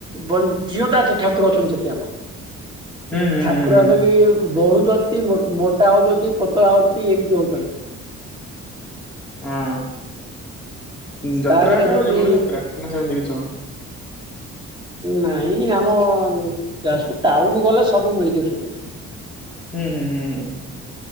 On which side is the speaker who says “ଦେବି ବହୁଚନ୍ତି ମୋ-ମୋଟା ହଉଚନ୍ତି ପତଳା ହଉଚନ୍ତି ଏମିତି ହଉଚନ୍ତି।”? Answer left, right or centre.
Right